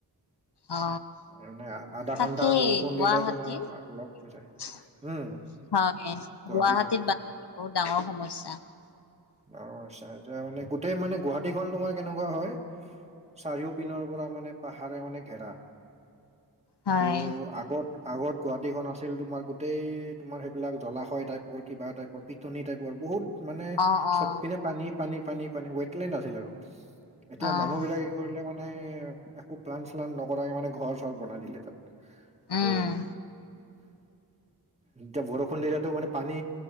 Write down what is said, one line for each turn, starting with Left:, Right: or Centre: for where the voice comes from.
Left: অ
Right: মানে আ- আধা
Left: তাকেই
Right: ঘন্টা বৰষুণ
Left: গুৱাহাটীৰ
Right: দিলে তোমাৰ
Left: হয়,
Right: লগ হৈ যায় উম গুৱাহাটীতে
Left: গুৱাহাটীত বানপানী বহুত ডাঙৰ সমস্যা।
Right: অ আচ্ছা, এতিয়া মানে গোটেই মানে গুৱাহাটীখন তোমাৰ কেনেকুৱা হয় চাৰিও পিনৰ পৰা মানে পাহাৰে মানে ঘেৰা।
Left: হয়
Right: ত, আগত আগত গুৱাহাটীখন আছ আছিল তোমাৰ গোটেই তোমাৰ সেইবিলাক জলাশয় টাইপৰ, কিবা টাইপৰ, পিটনি টাইপৰ বহুত মানে
Left: অ',
Right: চব
Left: অ',
Right: পিনে পানী, পানী, পানী, পানী ৱেটলেণ্ড আছিল আৰু এতিয়া
Left: অ',
Right: মানুহ বিলাকে কি কৰিলে মানে একো প্লান- শ্লান, নকৰাকে মানে ঘৰ চৰ বনাই দিলে তাত।
Left: উম,
Right: ত এতিয়া বৰষুণ দিলেটো মানে পানী